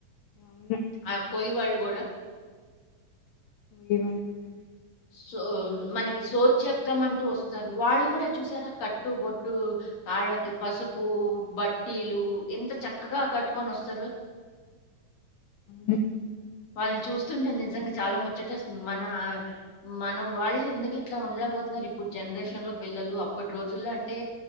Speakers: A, on the left; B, on the left.
A: అవును
B: ఆ కోయవాళ్ళు కూడా
A: నువ్ ఎం అనకూడ
B: సో మనకి సోది చెప్తామంటూ వస్తారు వాళ్ళు కూడా చూసారా కట్టు బొట్టు కాళ్ళకి పసుపు బట్టీలు ఎంత చక్కగా కట్టుకొని వస్తారు
A: ఉ
B: వాళ్ళని చూస్తుంటే నిజంగా చాలా ముచ్చటేస్తుంది మన మనం వాళ్ళు ఎందుకు ఇట్లా ఉండలేపోతున్నారు ఇప్పుడు జనరేషన్ లో పిల్లలు అప్పటి రోజుల్లో అంటే